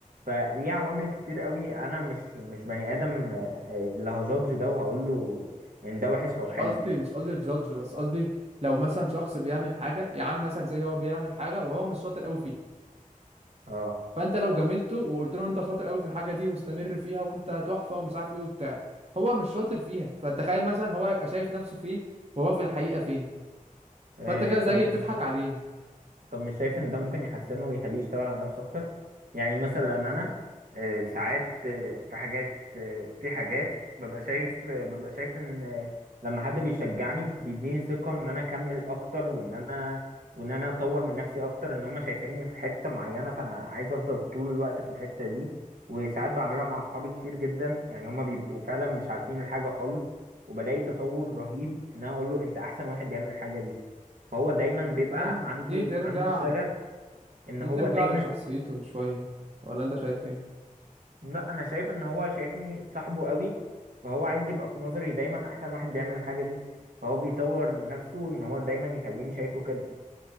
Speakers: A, on the right; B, on the right.
A: فليه عوامل كتير قوي انا مش مش بني ادم آه، آه، اللي هجادج ده وهقول له ان ده وحش
B: مش
A: او حلو
B: قصدي مش قصدي جادج بس قصدي لو مثلا شخص بيعمل حاجه يا عم مثلا زي هو بيعمل حاجه وهو مش شاطر قوي فيها
A: اه
B: فانت لو جاملته وقلت له انت شاطر قوي في الحاجه دي واستمر فيها وانت تحفه ومش عارف ايه وبتاع هو مش شاطر فيها فتخيل مثلا هو هيبقى شايف نفسه فين وهو في الحقيقه فين
A: آه،
B: فانت كده زي
A: طب مش
B: بتضحك عليه
A: طب مش شايف ان ده ممكن يحسنه ويخليه يشتغل على نفسه اكتر يعني مثلا انا آه، ساعات آه، في حاجات آه، في حاجات ببقى شايف آه، ببقى شايف ان آه، لما حد بيشجعني بيديني ثقة ان انا اكمل اكتر وان انا وان انا اطور من نفسي اكتر ان هم شايفيني في حتة معينة فانا عايز افضل طول الوقت في الحتة دي وساعات بعملها مع اصحابي كتير جدا يعني هم بيبقوا فعلا مش عارفين الحاجة خالص وبلاقي تطور رهيب ان انا اقول له انت احسن واحد بيعمل الحاجة دي فهو دايما
B: يعني
A: بيبقى
B: فاهم
A: عنده
B: دي ترجع
A: عنده الشغف ان
B: دي
A: هو
B: ترجع
A: دايما
B: لشخصيته شويه ولا انت شايف ايه
A: لا انا شايف ان هو شايفني صاحبه قوي فهو عايز يبقى في نظري دايما احسن واحد بيعمل الحاجة دي فهو بيطور نفسه ان هو دايما يخليني شايفه كده